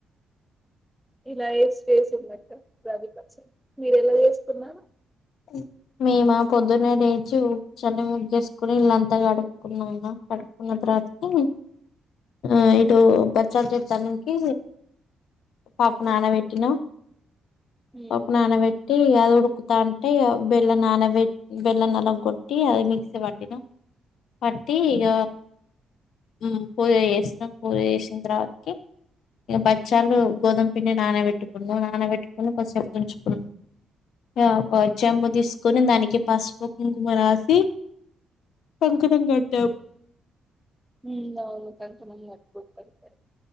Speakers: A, in the centre; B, on the left.
A: ఇలా ఎసి చేసిందంట ఉగాది పచ్చడి మీరు ఎలా చేస్తున్నారు
B: మ్ మేమా ఆ పొద్దున్న లెచి ఉడ్ చల్లని ముగ్గేసుకొని ఇల్లంత కడుక్కున్నునం కడుకున్నా తర్వ త ఆ ఇటు అ ఇటు బచ్చల్ చేతానికి పప్పు నానా బెట్టిన
A: ఉమ్
B: పప్పు నానబెట్టి అది ఉడుకుతం అంటే బెల్లం నానబెట్ బెల్లం నాలాగొట్టి అది మిక్సీ పట్టినా పట్టి ఇగ
A: ఉమ్
B: మ్ పూజ చేసినం పూజ చేసిన త్యత్రికి ఇక బచ్చాలు గోధుమ పిండి నానబెట్టుకున్నాం నానబెట్టుకుని కొద్దిసేపు ఉంచుకుంన్నాం యా ఒ చ్చమ్మ తీసుకొని దానికి పసుపు కుంకుమా రాసి కంకణం కాటం
A: మ్ అవును కంకణం గట్టుకుంటారు కదా